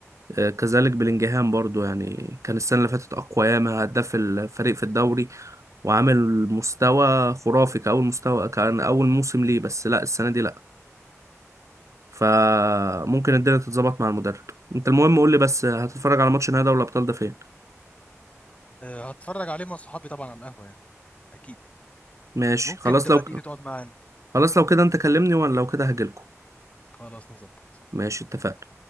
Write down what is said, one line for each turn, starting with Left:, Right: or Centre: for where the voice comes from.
Right: آه، كذلك بلينجهام برضو يعني كان السنه اللي فاتت اقوى ياما هداف الفريق في الدوري وعامل مستوى خرافي كأول مستوى كان أول موسم ليه بس لا السنة دي لا فممكن الدنيا تتظبط مع المدرب انت المهم قول لي بس هتتفرج على ماتش نهائي دوري الأبطال ده فين
Left: أه، هتفرج عليه مع صحابي طبعا على القهوه يعني اكيد
Right: ماشي
Left: ممكن
Right: خلاص
Left: تبقى
Right: لو
Left: تيجي تقعد معانا
Right: خلاص لو كده انت كلمني وانا لو كده هجيلكوا
Left: خلاص نظبط
Right: ماشي اتفقنا